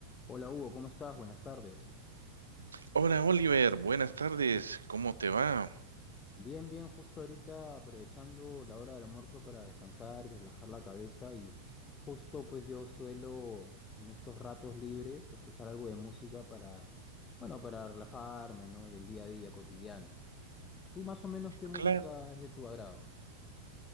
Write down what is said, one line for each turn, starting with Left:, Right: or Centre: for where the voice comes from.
Left: Hola Hugo, ¿cómo estás? Buenas tardes.
Right: Hola Oliver, buenas tardes, ¿cómo te va?
Left: Bien, bien, justo ahorita aprovechando la hora del almuerzo para descansar y relajar la cabeza y justo pues yo suelo en estos ratos libres escuchar algo de música para, bueno, para relajarme, ¿no? Del día a día cotidiano. ¿Tú más o menos qué música
Right: Claro,
Left: es de tu agrado?